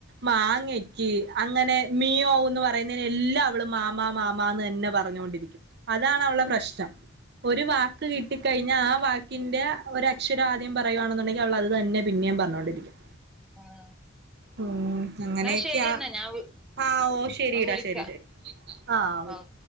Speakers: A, on the right (about 55°); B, in the centre.
A: മാങ്ങ ക്ക് അങ്ങനെ മ്യാവൂന്ന് പറയുന്നതിന്ന് എല്ലാം അവള് മാമാ മാമാന്ന് തന്നെ പറഞ്ഞോണ്ടിരിക്കും അതാണ് അവളെ പ്രശ്നം ഒരു വാക്ക് കിട്ടി ക്കഴിഞ്ഞ ആ വാക്കിൻ്റെ ഒരക്ഷരം ആദ്യം പറയുവാണേന്നുണ്ടെങ്കിൽ അവള് അത് തന്നെ പിന്നെയും പറഞ്ഞോണ്ടിരിക്കും
B: ആഹ്
A: ഉം അങ്ങനെയൊക്കെയാ
B: എന്നാ ശരി എന്നാ ഞാൻ
A: ആഹ് ഓഹ് ശരിടാ
B: വിളിക്കാ
A: ശരി ശരി ആഹ്
B: ഓക്കെ